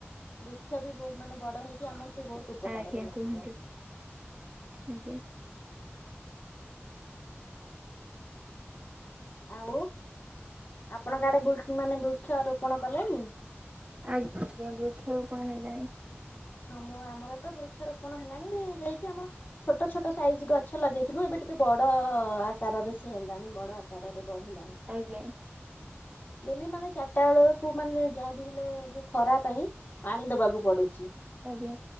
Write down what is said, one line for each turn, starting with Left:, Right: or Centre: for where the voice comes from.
Left: ବୃକ୍ଷ ବି ବ ମାନେ ବଡ଼ ହେଇକି ଆମକୁ ବି ବହୁତ ଉପକାରରେ
Right: ଆଜ୍ଞା
Left: ଲାଗିବ।
Right: କୁହନ୍ତୁ ଆଜ୍ଞା
Left: ଆଉ, ଆପଣ କଆଡ଼େ ମାନେ ବୃକ୍ଷ ରୋପଣ କଲେଣି।
Right: ଆଜ୍ଞା ଆଜ୍ଞା ବୃକ୍ଷର କଣ ହେଲାଣି।
Left: ହଁ ଆମର ତ ବୃକ୍ଷରୋପଣ ହେଲାଣି ଯାଇକି ଆମର ଛୋଟ ଛୋଟ ସାଇଜ ଗଛ ଲଗେଇଥିଲୁ ଏବେ ଟିକେ ବଡ଼ ଆକାରରେ ସି ହେଲାଣି ବଡ଼ ଆକାର ରେ ବଢିଲାଣି।
Right: ଆଜ୍ଞା
Left: ଡେଲି ମାନେ ଚାରିଟା ବେଳକୁ ମାନେ ଯାହାବି ହେଲେ ଯୋଉ ଖରା ପାଇଁ ପାଣି ଦବାକୁ ପଡୁଚି।
Right: ଆଜ୍ଞା,